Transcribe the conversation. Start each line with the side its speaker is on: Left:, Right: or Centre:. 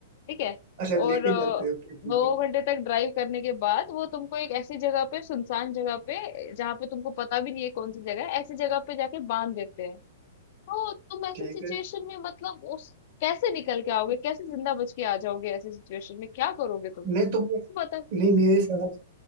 Left: ठीक है
Right: अच्छा लेके
Left: और अ,
Right: जाते हो ठीक
Left: दो
Right: है
Left: घंटे तक ड्राइव करने के बाद वो तुमको एक ऐसी जगह पे सुनसान जगह पे जहाँ पे तुमको पता भी नहीं है कौन सी जगह है ऐसी जगह पे जाके बांध देते हैं तो तुम ऐसी
Right: ठीक
Left: सिचुएशन
Right: है
Left: में मतलब उस कैसे निकल के आओगे कैसे जिंदा बच के आ जाओगे ऐसी सिचुएशन में क्या करोगे तुम
Right: नहीं तुम
Left: पता
Right: नहीं मेरे साथ